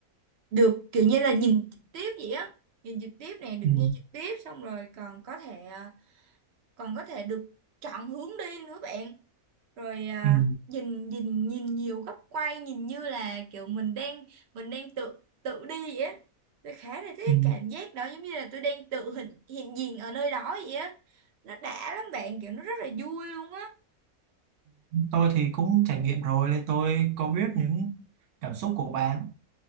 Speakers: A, on the right; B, on the right.
A: được kiểu như là nhìn trực tiếp vậy á nhìn trực tiếp này được
B: ừ,
A: nghe trực tiếp xong rồi còn có thể à, còn có thể được chọn hướng đi nữa bạn rồi à,
B: ừ,
A: nhìn nhìn nhìn nhiều góc quay nhìn như là kiểu mình đang mình đang tự tự đi vậy á tôi khá là thích
B: ừ.
A: cái cảm giác đó giống như là tôi đang tự hiện hiện diện ở nơi đó vậy á nó đã lắm bạn kiểu nó rất là vui luôn á
B: Tôi thì cũng trải nghiệm rồi nên tôi có biết những cảm xúc của bạn